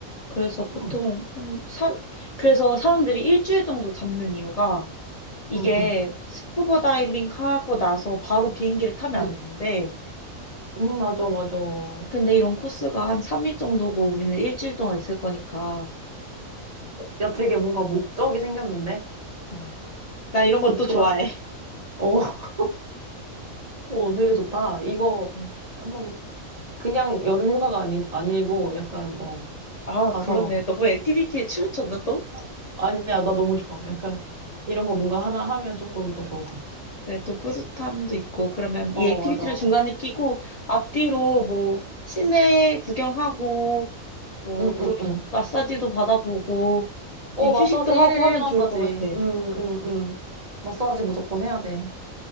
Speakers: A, on the left (about 80°); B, on the right (about 30°).
A: 그래서 보통
B: 응,
A: 한 삼 그래서 사람들이 일주일 정도 잡는 이유가 이게
B: 응, 응,
A: 스쿠버 다이빙 하고 나서 바로 비행기를 타면
B: 응.
A: 안 돼.
B: 응, 맞아, 맞아. 어,
A: 근데 이런 코스가 한 3일 정도고 우리는 일주일 동안 있을 거니까.
B: 야, 되게 뭔가 목적이 생겼는데?
A: 어. 나 이런 것도
B: 목표가,
A: 좋아해.
B: 생- 어, <laughs> 어, 되게 좋다. 이거
A: 음.
B: 한번 그냥 여름 휴가가 아니, 아니고 약간, 어,
A: 아,
B: 가서,
A: 그러네. 너무 액티비티에 치우쳤나 또?
B: 어, 아니야, 나 너무 좋아. 약간 이런 거 뭔가 하나 하면 조금 더 좋을 것 같아.
A: 네, 또 뿌듯함도 있고. 그러면
B: 어,
A: 이 액티비티를
B: 맞아.
A: 중간에 끼고 앞뒤로 뭐 시내 구경하고 뭐
B: 응, 응,
A: 또
B: 응.
A: 마사지도 받아보고
B: 어,
A: 그냥
B: 마사지
A: 휴식도 하고
B: 1일
A: 하면
B: 1 마사지.
A: 좋을 것 같아.
B: 응, 응, 응. 마사지 무조건 해야 돼.